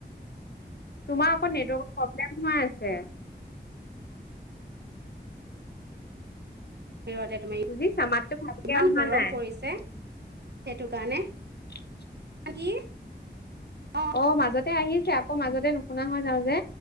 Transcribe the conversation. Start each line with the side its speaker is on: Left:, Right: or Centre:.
Left: তোমাৰ আকৌ নেটৱৰ্কৰ প্ৰব্লেম হৈ আছে।
Right: বাহিৰতে তোমাৰ
Left: বুজিছা, মাততো ভালকে
Right: ইমান
Left: অহা
Right: গৰম
Left: নাই।
Right: পৰিছে সেইটো কাৰণে
Left: <unintelligible>
Right: কি? অঁ
Left: অ' মাজতে আহিছে, আকৌ মাজতে নুশুনা হৈ যাওঁ যে।